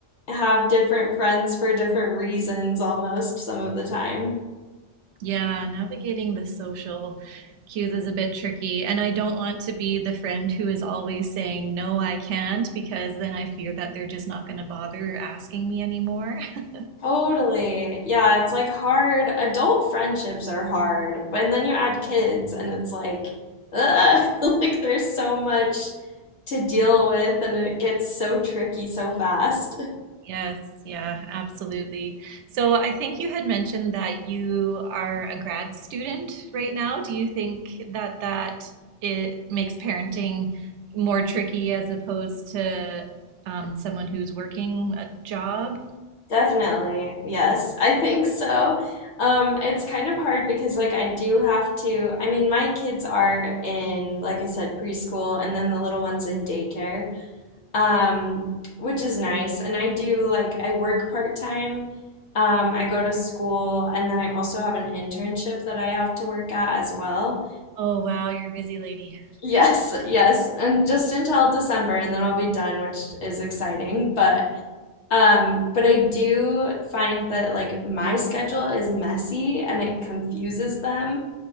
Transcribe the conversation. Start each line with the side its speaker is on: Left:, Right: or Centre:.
Left: have different friends for different reasons almost some of the time.
Right: Yeah, navigating the social cues is a bit tricky. And I don't want to be the friend who is always saying, no, I can't, because then I fear that they're just not going to bother asking me anymore. <laughs>
Left: Totally. Yeah, it's like hard. Adult friendships are hard. but- And then you add kids and it's like, ugh, <laughs> like there's so much to deal with and it gets so tricky so fast.
Right: Yes, yeah, absolutely. So I think you had mentioned that you are a grad student right now. Do you think that that it makes parenting more tricky as opposed to um, someone who's working a job?
Left: Definitely. Yes, I think so. Um, it's kind of hard because like I do have to, I mean, my kids are in, like I said, preschool and then the little one's in daycare. Um, which is nice. And I do like I work part-time. Um, I go to school and then I also have an internship that I have to work at as well.
Right: Oh, wow, you're a busy lady.
Left: Yes, yes, and just until December and then I'll be done, which is exciting, but um, but I do find that like my schedule is messy and it confuses them.